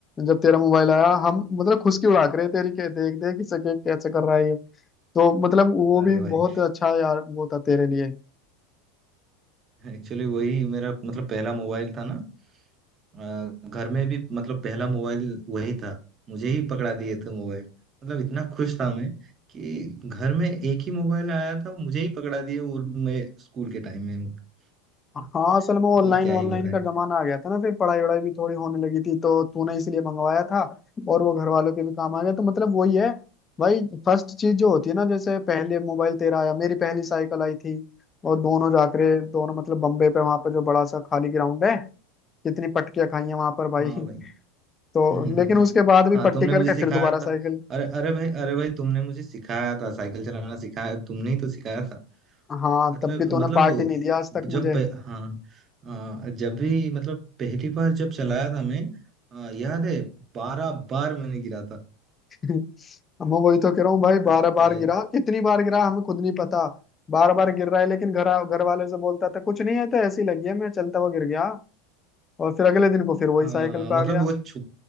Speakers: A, on the left; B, on the right.
A: जब तेरा मोबाइल आया हम मतलब खुशकी उड़ा के रहे तेरी के देख देख कि सके कैसे कर रहा है ये तो मतलब वो
B: अरे
A: भी
B: भाई
A: बहुत अच्छा यार वो था तेरे लिए
B: एक्चुअली वही मेरा मतलब पहला मोबाइल था ना अ, घर में भी मतलब पहला मोबाइल वही था मुझे ही पकड़ा दिए थे मोबाइल मतलब इतना खुश था मैं कि घर में एक ही मोबाइल आया था मुझे ही पकड़ा दिए और मैं स्कूल के टाइम में हूँ।
A: हाँ
B: <laughs>
A: असल में ऑनलाइन
B: मतलब क्या ही
A: ऑनलाइन
B: बताएं
A: का जमाना आ गया था ना फिर पढ़ाई वढ़ाई भी थोड़ी होने लगी थी तो तूने इसलिए मंगवाया था और वो घर वालों के भी काम आ गया तो मतलब वही है भाई फर्स्ट चीज जो होती है ना जैसे पहले मोबाइल तेरा आया मेरी पहली साइकिल आई थी और दोनों जाकरे दोनों मतलब बम्बे पे वहां पर जो बड़ा सा खाली ग्राउंड है कितनी पटकियां खाई हैं वहां पर भाई
B: हाँ
A: <laughs>
B: भाई
A: तो
B: <laughs>
A: लेकिन उसके बाद भी
B: हाँ
A: पट्टी
B: तुमने
A: करके
B: मुझे सिखाया
A: फिर दोबारा साइकिल
B: था अरे अरे भाई अरे भाई तुमने मुझे सिखाया था साइकिल चलाना सिखाया तुमने ही तो सिखाया था
A: हाँ
B: मतलब
A: तब भी तूने
B: मतलब
A: पार्टी
B: वो
A: नहीं दिया आज तक
B: जब
A: मुझे
B: पे, हाँ आ, जब भी मतलब पहली बार जब चलाया था मैं आ, याद है बारह बार मैंने गिरा था
A: <laughs> अब मैं वही तो कह रहा हूँ भाई
B: अरे
A: बारह बार
B: भाई
A: गिरा कितनी बार गिरा हमें खुद नहीं पता बार बार गिर रहा है लेकिन घर घर वाले से बोलता था कुछ नहीं है तो ऐसी लगी है मैं चलता हुआ गिर गया और फिर अगले दिन को फिर वही
B: आ,
A: साइकिल पे
B: मतलब
A: आ गया
B: वो छुप